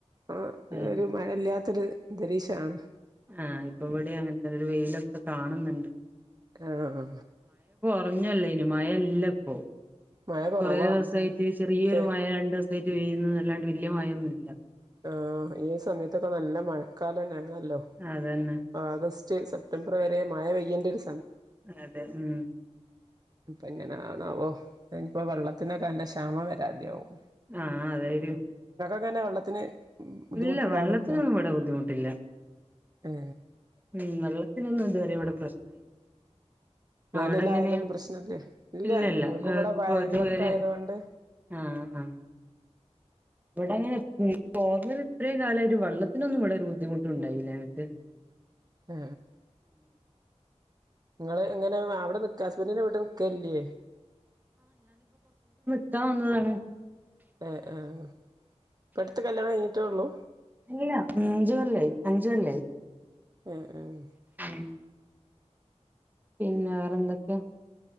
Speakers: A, on the right (about 35°); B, on the right (about 15°).
A: ആ
B: ഏഹ്
A: ഒര് മഴയില്ല്യാ ത്ത് ര് ന്തരീഷാണ്
B: ആഹ്. ഇപ്പം വെടെയങ്ങൻതന്നെ ഒരു വെയിലൊക്ക കാണ്ന്ന്ണ്ട്.
A: ആ അ
B: <unintelligible> മയല്ലപ്പൊ.
A: മഴ കുറവാ
B: കൊറേവസായിറ്റ് ചെറിയൊരു
A: ത്തെ
B: മയ രണ്ടോസായിറ്റ് വെയ്യ്ന്ന്ന്നല്ലാണ്ട് വല്ല്യ മയൊന്നുല്ല.
A: ആഹ്. ഈ സമയത്തൊക്ക നല്ല മഴക്കാലെന്നാണല്ലൊ.
B: അതന്നെ
A: ആഗസ് <unintelligible> സപ്റ്റംബറ് വരെ മയ പെയ്യെണ്ടൊര്
B: അതെയതെ. ഉം
A: അപ്പ എങ്ങനൊണാവോ അനിപ്പോ വെള്ളത്തിനൊക്കെ അന്റെ ക്ഷാമം വരാതെയാവും
B: ആ അതായിരും
A: അങ്ങനെ വെള്ളത്തിന് ബുദ്ധിമുട്ടുണ്ടാവലുണ്ടോ
B: ഇല്ല വെള്ളത്തിനൊന്നും ഇവടെ ബുദ്ധിമുട്ടില്ല
A: ഏ
B: ഉം നല്ല അത്തിനൊന്നും ഇതുവരെ ഇവിടെ പ്രശ്ന
A: വേനലായാലൊന്നും
B: അവിടെങ്ങനെയാ
A: പ്രശ്നല്ലേ ഇല്ല
B: ഇല്ലല്ല
A: ഞങ്ങൾക്കും ഇവിടെ
B: ഇപ്പൊ
A: വയൽവക്കായതുകൊണ്ട്
B: ഇതുവരെ ആഹാ ഇവിടെങ്ങനെ ഓർന്നൽ ഇത്രേയും കാലമായിട്ട് വെള്ളത്തിനൊന്നും ഇവിടൊരു ബുദ്ധിമുട്ടുണ്ടായില്ല അനക്ക്
A: ആ നിങ്ങള് എങ്ങനെ അവിടെ നിക്ക ഹസ്ബൻഡന്റെ വീട്ട് നിക്കല്ലേ
B: ത്താ വന്നതാണ്
A: ഏ ആ ഇപ്പടുത്ത് കല്യാണം കഴിഞ്ഞിട്ടേ ഉള്ളൂ
B: അല്ല അഞ്ച്കൊല്ലായി അഞ്ചു കൊല്ലായി
A: ഉം ഉം
B: <inaudible> പിന്നെ വേറെന്തൊക്കെയാ